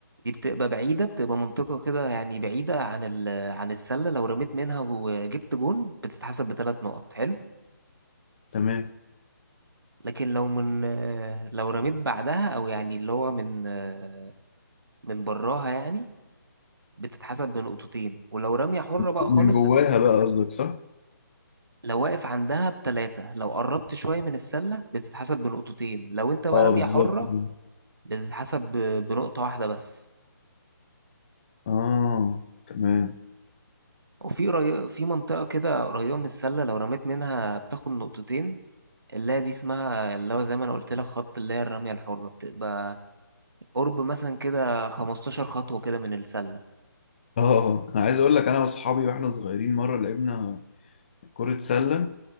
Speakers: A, on the right; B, on the left.
A: دي بتبقى بعيدة بتبقى منطقة كده يعني بعيدة عن ال عن السلة لو رميت منها وجبت جون بتتحسب بثلاث نقط حلو
B: تمام
A: لكن لو من آه، لو رميت بعدها او يعني اللي هو من آه، من براها يعني بتتحسب بنقطتين ولو رمية حرة بقى
B: من
A: خالص
B: جواها
A: بتت...
B: بقى قصدك صح؟
A: لو واقف عندها بتلاتة لو قربت شوية من السلة بتتحسب بنقطتين لو انت بقى
B: اه
A: رمية
B: بالظبط
A: حرة
B: كده.
A: بتتحسب ب- بنقطة واحدة بس
B: اه تمام
A: وفي ري... في منطقة كده قريبة من السلة لو رميت منها بتاخد نقطتين اللي هي دي اسمها اللي هو زي ما انا قلت لك خط اللي هي الرمية الحرة بتبقى قرب مثلا كده 15 خطوة كده من السلة
B: اه انا عايز اقول لك انا واصحابي واحنا صغيرين مرة لعبنا كرة سلة